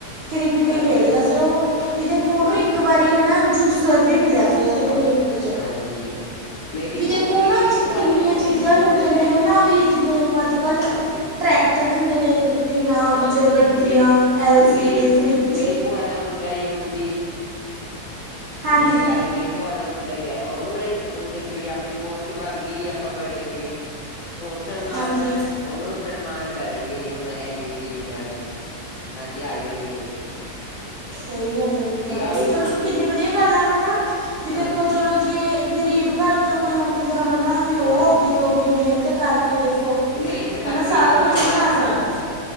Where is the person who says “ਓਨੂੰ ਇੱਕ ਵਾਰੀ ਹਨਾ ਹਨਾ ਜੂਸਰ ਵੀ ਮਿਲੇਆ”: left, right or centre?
Right